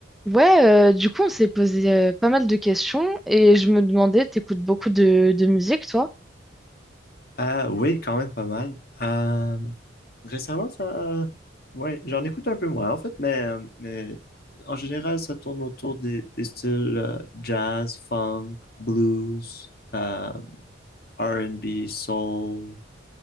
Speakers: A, in the centre; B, on the left (about 50°).
A: Ouais, euh, du coup, on s'est posé euh, pas mal de questions et je me demandais, t'écoutes beaucoup de, de musique, toi?
B: Euh, oui, quand même pas mal. Euh, récemment, ça, ouais, j'en écoute un peu moins en fait, mais, euh, mais en général, ça tourne autour des, des styles euh, jazz, funk, blues, euh, R&B, soul,